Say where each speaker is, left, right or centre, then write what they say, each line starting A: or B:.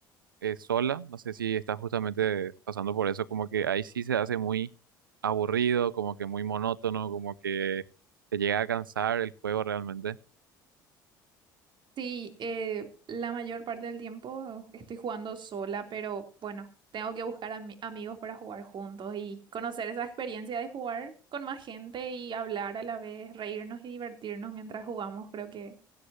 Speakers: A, on the right (about 85°); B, on the right (about 45°).
A: eh, sola, no sé si estás justamente pasando por eso, como que ahí sí se hace muy aburrido, como que muy monótono, como que te llega a cansar el juego realmente.
B: Sí, eh, la mayor parte del tiempo estoy jugando sola, pero bueno, tengo que buscar ami- amigos para jugar juntos y conocer esa experiencia de jugar con más gente y hablar a la vez, reírnos y divertirnos mientras jugamos, creo que